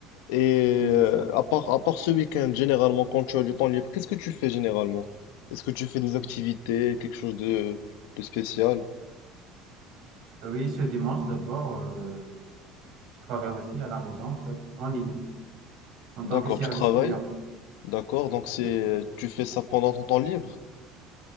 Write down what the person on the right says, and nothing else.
oui,
c'est ça.
Oui, ce dimanche d'abord. euh, travaille aussi à la maison, en fait, en ligne, en tant
que service
client.
Oui.